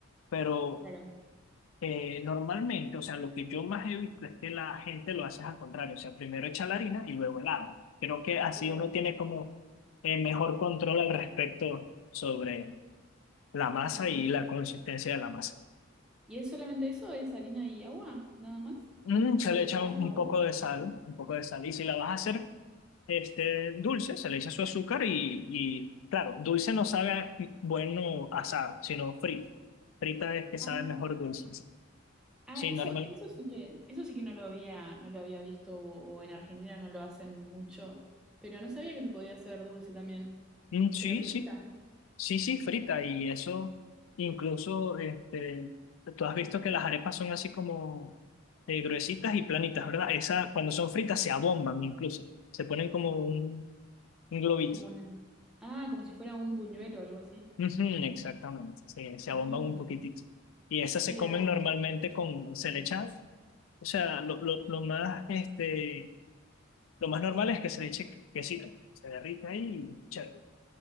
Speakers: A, on the left; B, in the centre.
A: pero
B: claro,
A: eh, normalmente, o sea, lo que yo más he visto es que la gente lo hace al contrario, o sea, primero echa la harina y luego el agua. Creo que así
B: claro.
A: uno tiene como eh, mejor control al respecto sobre la masa
B: Ah,
A: y la consistencia de la masa.
B: ¿y es solamente eso? ¿Es harina y agua? ¿Nada más?
A: Mm,
B: ¿No- ¿Un
A: se
B: poco
A: le
B: de
A: echa
B: sal
A: un, un
B: o algo?
A: poco de sal, un poco de sal. Y si la vas a hacer este, dulce, se le echa su azúcar y, y, claro, dulce no sabe a- bueno asado, sino frita. Frita es que sabe
B: Ah,
A: mejor dulce.
B: Ah,
A: Sí,
B: eso,
A: normal.
B: eso sí que, eso sí que no lo había, no lo había visto, o, o en Argentina no lo hacen mucho, pero no sabía que se podía hacer dulce también,
A: Mm, sí,
B: pero frita,
A: sí, sí, sí, frita. Y eso, incluso, este, tú has visto que las arepas son así como eh, gruesitas y planitas, ¿verdad? Esas, cuando son fritas, se abomban incluso. Se ponen como un, un globito.
B: como una, ah, como si fuera un buñuelo o algo así.
A: Ujú, exactamente, se, se abomban
B: Ah,
A: un poquitito. Y esas
B: y
A: se comen
B: la,
A: normalmente con, se
B: sí.
A: le echa O sea, lo, lo, lo más, este, lo más normal es que se le eche quesito, se derrita ahí y chévere.